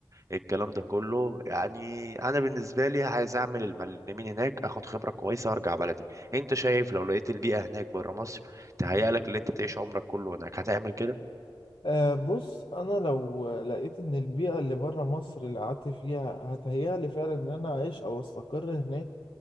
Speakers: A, on the right (about 35°); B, on the left (about 70°).
A: الكلام ده كله يعني انا بالنسبه لي عايز اعمل المعلمين هناك اخد خبره كويسه وارجع بلدي انت شايف لو لقيت البيئه هناك بره مصر تهيأ لك اللي انت تعيش عمرك كله هناك هتعمل كده
B: أه بص انا لو لقيت ان البيئة اللي بره مصر اللي قعدت فيها هتهيألي فعلا ان انا اعيش او استقر هناك